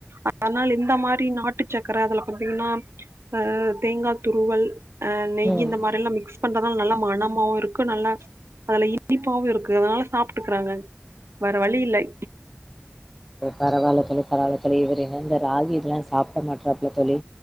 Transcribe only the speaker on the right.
அதனால இந்த மாரி நாட்டு சக்கர அதுல பாத்தீங்கன்னா அ தேங்கா துருவல் அ நெய்
இந்த மாரில்லா மிக்ஸ் பண்றனால நல்ல மனமாவும் இருக்கு நல்ல அதுல இனிப்பாவு இருக்கு அதனால சாப்ட்டுக்கறாங்க வேற வழி இல்லை